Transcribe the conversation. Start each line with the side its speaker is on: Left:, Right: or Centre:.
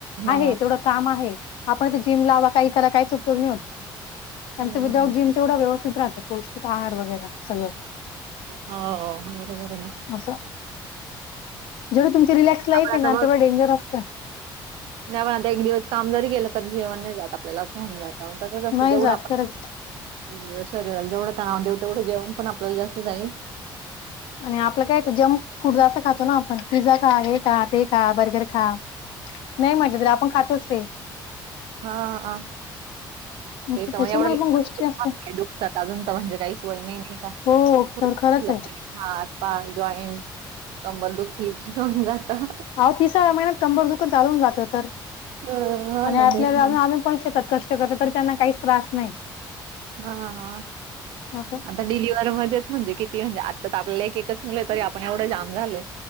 Right: हा
Left: आहे, तेवढं काम आहे, आपण ते जिम लावा, काय करा, कायच उपयोग होत नाही त्याचं
Right: हम्म
Left: विदाआउट जिम तेवढं व्यवस्थित राहतं पौष्टिक आहार वगैरे सगळं.
Right: हो, बरोबर आहे ना.
Left: आसं, जेवढी तुमची रिलॅक्स लाईफ
Right: <unintelligible> आपण
Left: आहे ना तेवढं डेंजर असतं
Right: आता एक दिवस काम जरी गेल तरी जेवण नाही जात. आपल्याला असं हुन जातं, तसंच असं
Left: नाही
Right: जेवढं
Left: जात
Right: आपण
Left: खरंच
Right: शरीराला जेवढा तणाव देऊ, तेवढं जेवण पण आपल्याला जास्त जाईल.
Left: आणि आपलं काय जंक फूड जास्त खातो ना आपण, पिझ्झा खा, हे का, ते खा, बर्गर खा. नाही म्हटलं तरी आपण खातोच ते.
Right: हा हां.
Left: असं
Right: ते समय
Left: त्याच्यामुळे
Right: एवढं लवकर
Left: पण गोष्टी असतात.
Right: दुखतात अजून तर म्हणजे काहीच वय नाही, नाही का
Left: हो
Right: <unintelligible>
Left: तर खरंच आहे
Right: हात पाय जॉईंट्स, कंबल दुखी होऊन जातं.
Left: अहो तिसऱ्या महिन्यात कंबर दुकुन चालून जातो तर,
Right: हो
Left: आणि
Right: ना
Left: आपल्याला
Right: तेच
Left: आजुन आजुन पण शेतात कष्ट करतात तरी त्यांना काहीच त्रास नाही
Right: हा हा हा. आण
Left: असं
Right: आता डिलिव्हर मध्येच म्हणजे किती म्हणजे आता तर आपल्याला एक एकच मुलं तरी आपण एवढं जाम झालोय.